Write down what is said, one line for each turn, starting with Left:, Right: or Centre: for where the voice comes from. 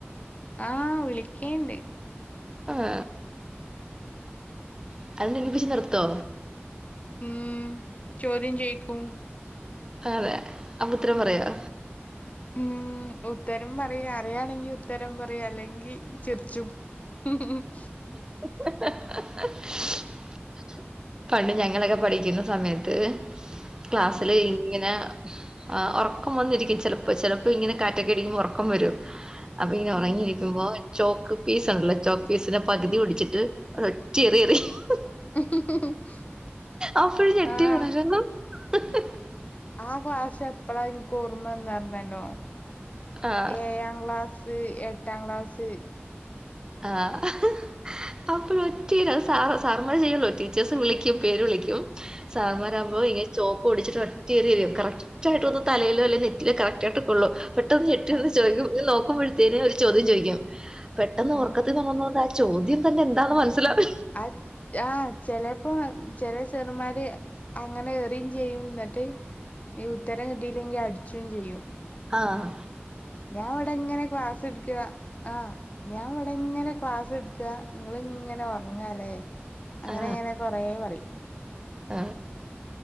Left: ആഹ് വിളിക്കേണ്ട്.
Right: ആഹ... <unintelligible> നിർത്തോ
Left: ഉം... ചോദ്യം ചോയ്കും
Right: അതെ അപ്പോ ഉത്തരം പറയോ
Left: ഉം ഉത്തരം പറയാ അറിയണെങ്കി ഉത്തരം പറയാ അല്ലെങ്കിൽ ചിറിച്ചും <unintelligible>
Right: <inaudible> പണ്ട് ഞങ്ങളൊക്കെ പഠിക്കുന്ന സമയത്ത് ക്ലാസ്സില്
Left: ഉം
Right: ഇങ്ങനെ ആ ഉറക്കം വന്നിരിക്കും ചിലപ്പോ ചിലപ്പോ ഇങ്ങനെ കാറ്റൊക്കെ ഇടിക്കുമ്പോ ഉറക്കം വരും അപ്പൊ ഇനി
Left: ഉം
Right: ഉറങ്ങിയിരിക്കുമ്പോ ചോക്ക് പീസ് ഉണ്ടല്ലോ ചോക്ക് പീസിന്റെ പകുതി ഒടിച്ചിട്ട് ഒറ്റ എറി എറിയും <unintelligible>
Left: <unintelligible>
Right: അപ്പഴ് ഞെട്ടി
Left: ആഹ്
Right: ഉണരുന്ന് <unintelligible>
Left: ആ ക്ലാസ് എപ്പഴാ എനിക്ക് ഓർമ്മന്ന <unintelligible>
Right: ആഹ്
Left: ഏഴാം ക്ലാസ് എട്ടാം ക്ലാസ്
Right: ആഹ് <unintelligible> അപ്പോഴ ഒറ്റ <unintelligible> സാർമ്മാര് ചെയ്യുള്ളോ ടീച്ചേഴ്സ് വിളിക്കും പേര് വിളിക്കും സാർന്മാർകുമ്പോ
Left: ഉം
Right: ഇങ്ങന ചോക്ക് ഒടിച്ചിട്ട് ഒറ്റ എറി എറിയും കറക്റ്റ് ആയിട്ട് അത് തലയിലോ അല്ലെങ്ക നെറ്റിലോ കറക്റ്റ് ആയിട്ട് കൊള്ളും പെട്ടെന്ന് ഞെട്ടി എണീറ്റ്
Left: ആഹ്
Right: ചോദക്കും നോക്കുമ്പോഴത്തേനും ഒരു ചോദ്യം ചോദിക്കും പെട്ടെന്ന്
Left: ആഹ്
Right: ഓർക്കത്തി ഉണർന്നോണ്ട് ആ ചോദ്യം തന്നെ എന്താെന്ന് മനസ്സിലാവില്ല
Left: അഹ് ആഹ് ചിലപ്പോ ചില സേറുമാര് അങ്ങനെ എറിയും ചെയ്യും എന്നിട്ട് ഈ ഉത്തരം കിട്ടീല്ലെങ്കി അടിച്ചും ചെയ്യും
Right: ആഹ്
Left: ഞാൻ ഇവിടെ എങ്ങനെ ക്ലാസ് എടുക്കുക ആ ഞാൻ ഇവിടെ എങ്ങനെ ക്ലാസ് എടുക്കുക നിങ്ങളിങ്ങനെ ഉറങ്ങല്ലേ അങ്ങനെ
Right: ആ.
Left: ഇങ്ങനെ കൊറ പറയും
Right: ആ